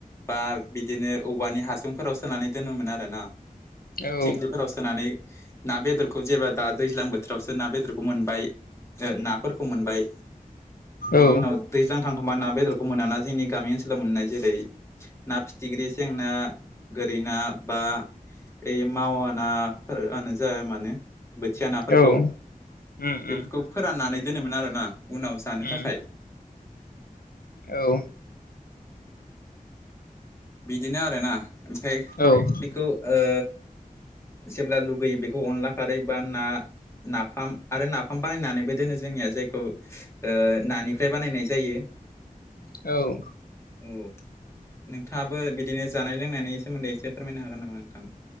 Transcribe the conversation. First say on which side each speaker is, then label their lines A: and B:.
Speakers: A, on the left; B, on the left.
A: बा बिदिनो औवानि हासुंफोराव सोनानै दोनोमोन आरोना
B: औ
A: थिंख्लिफोराव सो होनानै ना बेदरखौ जेब्ला दा दैज्लां बोथोरावसो ना बेदरखौ मोनबाय नाफोरखौ मोनबाय बिनि
B: औ
A: उनाव दैज्लां थांखोमबा ना बेदरखौ मोनाना जोंनि गामि ओनसोलाव मोननाय जेरै ना फिथिख्रि सेंना गोरै ना बा ओइ मावानाफोरानो जाया मानो बोथिया नाफोरखौ
B: औ उम
A: बेफोरखौ
B: उम
A: फोराननानै दोनोमोन आरोना। उनाव जानो
B: उम
A: थाखाय
B: औ
A: बिदिनो आरोना ओमफ्राय
B: औ
A: बेखौ ओ जेब्ला लुगैयो बेखौ अनला खारै बा ना नाफाम आरो नाफाम बानायनानैबो दोनो जोंनिया जायखौ ओ नानिफ्राय बानायनाय जायो।
B: औ
A: उम नोंथाङाबो बिदिनो जानाय लोंनायनि सोमोन्दै एसे फोरमायनो हागोन नामा नोंथां?